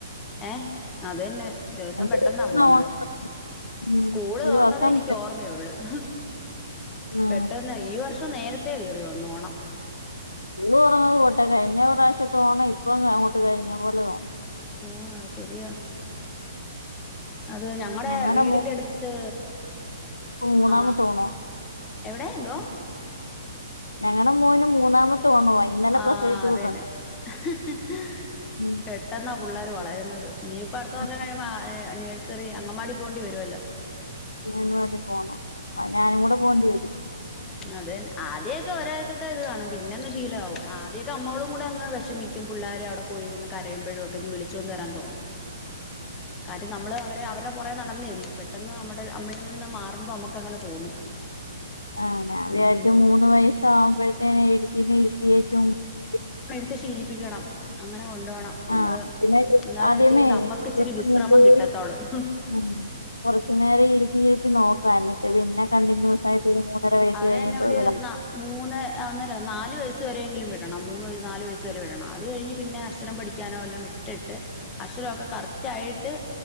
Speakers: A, on the left (about 20°); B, on the left (about 80°).
A: ഏഹ.. അത് തന്നെ. ദിവസം
B: എന്ത്
A: പെട്ടെന്നാ പോുന്നത്.
B: ഓണം ഉം
A: സ്കൂള്
B: ഒരു
A: തുറന്നതേ
B: വർഷം
A: എനിക്ക് ഓർമയള്ളു. മ്ഹ്...
B: ഉം
A: പെട്ടെന്ന് ഈ വർഷം നേരത്തെേ കയറി വന്നു... ഓണം.
B: ഓള് പററഞ്ഞത് പോട്ടെ. കഴിഞ്ഞ പ്രാവശ്യതോണമ് ഇപ്പൊ അങ്ങോട്ട് കഴിഞ്ഞ പോലെ തോന്ന...
A: ആഹ ശരിയാ അത് ഞങ്ങളടെ
B: ഞങ്ങടെ
A: വീടിന്റെ
B: മോന്
A: അടുത്ത്...
B: മൂന്നാമത്തെ
A: ആ
B: ഓണവാ
A: എവിടൊയ എന്തോവാ
B: ഞങ്ങളടെ മോന് മൂന്നാമത്തെ.... ഓണവാ ഇന്നലെ
A: ആ
B: പ്രസവിച്ചു
A: അതന്നെ
B: കൂട്ടുണ്ട്
A: ഹ് ഹ്...
B: ഉം
A: പെട്ടെന്ന്... പുള്ളേര് വളരുന്നത് ഇനിയിപ്പൊ അടുത്ത കൊല്ലം
B: ആ
A: കഴിയുമ്പോ നേഴ്സറി അങ്കമാടി പോകേണ്ടി വരുമല്ലോ
B: അങ്കവാടിപോണം അത് ഞാനും കൂടെ പോണ്ടി വരും.
A: അതതന്നെ ആദ്യക്കെ ഒരാഴ്ചത്തെ ഇത് കാണും. പിന്നെങ്ങ് ശീലമാവും. ആദ്യക്കെ നമ്മളും കൂടെ അങ്ങ് വിഷമിക്കും. പുള്ളേര് അവിടെ പോയിരുന്ന് കരയുമ്പഴുമൊക്കെ ഇങ്ങു വിളിച്ചൊണ്ട് വരാൻ തോന്നുമ് കാര്യം നമ്മള് അവരെ അവരെടെ <inaudible> കുറെ നടന്നല്ലേ പെട്ടെന്ന് നമ്മടെ നമ്മളിൽ നിന്ന് മാറുമ്പോ നമ്മുക്ക് അങ്ങനെ തോന്നും.
B: ആ ഞാൻ വി്ചാരിച്ച്
A: ഉം
B: മൂന്ന് വയസ്സ ആകുമ്പോഴത്തേനെ എഴുതി ഇ <unintelligible>
A: ത് ശീലപ്പിക്കണം അങ്ങനെ... നല്ലോണം നമ്മള്
B: ആഹ് പിന്നെ
A: എന്നാലച്ചരി
B: ആദ്യമേ
A: നമ്മക്ക്
B: ഇവർക്ക്
A: ഇച്ചിരി വിശ്രമം
B: കൊണ്ടുപോയി
A: കിട്ടത്തോളൂമ്ഹ്
B: ഉം കുറച്ചു നേരം ഇരുത്തിയിരുത്തി നോക്ക എന്നിട്ട് പിന്നെ കണ്ടിന്യൂസ് ആയിട്ട്... ഒരു മൂന്നര വയസ്സ്
A: അത്
B: കഴിയുമ്പോ
A: തന്നെ ഒരു
B: വിടാം
A: ന്ന മൂന്ന് അ ഒന്നല്ല നാല് വയസ്.... അത് വരെലും വിടണം. മൂന്ന് നല് വയസ്സുവരെലും വിടണം. അത് കഴിഞ്ഞ് പിന്നെ അക്ഷരം പഠിക്കാനോല്ലാം വട്ടിട്ട് അക്ഷര... അക്ഷരമാക്കെ കറക്ടായിട്ട്